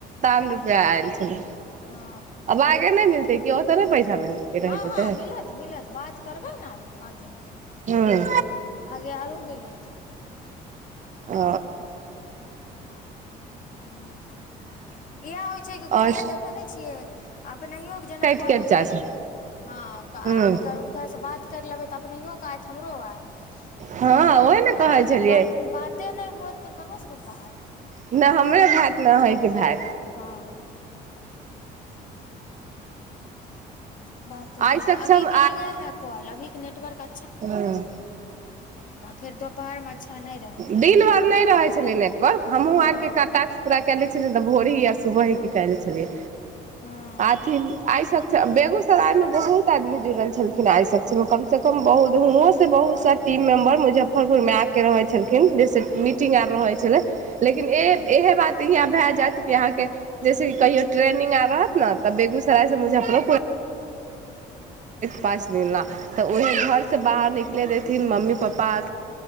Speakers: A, on the right; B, on the left.
A: रुपआ आयल छलै
B: हँ
A: आब आगे नहि मिलतै कि ओतऽ नहि पैसा मिलके
B: हँ
A: रहि जेतै
B: हँ मिलत मिलत बात करबै ने आरो आगे
A: हँ
B: आगे आरो मिलत
A: ओ
B: मिलत इहे होइ छै कि
A: आओर
B: कले देखे ने छियै आ अपनेहु के जेना
A: काटि
B: कॉल
A: काटि
B: उठेलिये
A: जाइ छै
B: है आ
A: हँ
B: उधर से बात कर लेबै तऽ अपनहियो त हमरो आयत
A: हँ ओहे ने
B: आ
A: कहै
B: अगर
A: छलियै
B: ब बाते नहि होत तऽ कहाँ से रुपा आत
A: न हमरे भात ने अहे के भाय
B: हँ बात
A: आइ
B: है
A: सक्षम
B: अभी लगा है कॉल अभी नेटवर्क अ
A: हँ हूँ
B: फेर दोपहर मे अच्छा नहि रहे
A: दिन
B: है
A: भर नहि रहे छले नेटवर्क हमहु
B: हँ
A: आर के टास्क पूराे कय लै छलियै ते भोरही सुबह ही के कैल छलियै
B: हँ
A: अथि आय सक्षम बेगूसराय मे बहुत आदमी जुड़ल छलखिन आइ सक्षम कम से कम बहुत हुओं से बहुत टीम मेंबर मुझे मुजफ्फरपुर में आके रहै छलखिन जैसे मीटिंग आर
B: ह
A: रहै छलै लेकिन इह
B: ह
A: बात इहाँ भए जायत कि अहाँके जैसे कि कहियो ट्रेनिंग आर रहत ने तऽ बेगूसराय सँ
B: ह
A: मुजफ्फरोपुर पाँच दिन ला तऽ उएहे घर सँ बाहर निकले देथिन मम्मी पापा